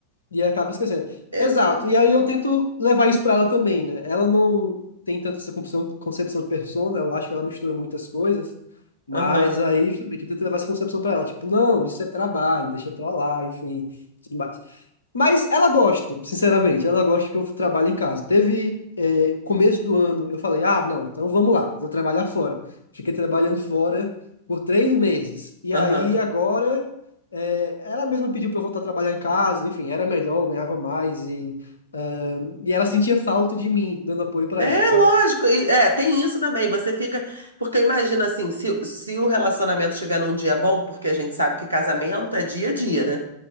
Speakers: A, on the left; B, on the right.
A: E acaba esquecendo.
B: Esse
A: Exato.
B: também.
A: E aí eu tento levar isso pra ela também, né? Ela não tem tanto essa concepção, concepção de persona, eu acho que ela mistura muitas coisas, mas
B: Aham,
A: aí justamente eu tento levar essa concepção pra ela, tipo, não, isso é trabalho, deixa pra lá, enfim, tudo mais. Mas ela gosta, sinceramente, ela gosta que eu trabalho em casa. Teve, é, começo do ano, eu falei, ah, não, então vamos lá, vou trabalhar fora. Fiquei trabalhando fora por três meses. E
B: aham.
A: aí agora, é, ela mesma pediu para eu voltar a trabalhar em casa, enfim, era melhor, eu ganhava mais e, ah, e ela sentia falta de mim, dando apoio para
B: É
A: ela, sabe?
B: lógico, e- é, tem isso também. Você fica. Porque imagina assim, se, se o relacionamento estiver num dia bom, porque a gente sabe que casamento é dia a dia, né?